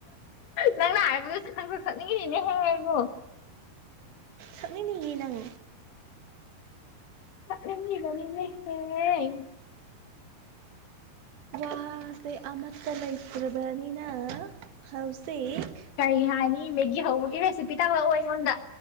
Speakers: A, on the left; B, on the right.
A: ꯅꯪꯅ ꯍꯥꯏꯕꯗꯨ ꯈꯪꯁꯛ ꯁꯛꯅꯤꯡꯉꯤꯅꯤꯅꯦ ꯍꯦ ꯅꯪꯕꯨ
B: ꯁꯛꯅꯤꯡꯅꯤꯌꯦ ꯅꯪ
A: ꯁꯛꯅꯤꯡꯂꯤꯕꯅꯤ ꯏꯁꯩꯁꯦ
B: ꯋꯥ ꯊꯕꯛꯁꯦ ꯑꯃꯠꯇ ꯂꯩꯇ꯭ꯔꯕꯅꯤꯅ ꯍꯧꯖꯤꯛ
A: ꯀꯔꯤ ꯍꯥꯏꯅꯤ ꯃꯦꯒꯤ ꯍꯧꯕꯒꯤ ꯔꯦꯁꯤꯄꯤ ꯇꯥꯂꯛꯑꯣ ꯑꯩꯉꯣꯟꯗ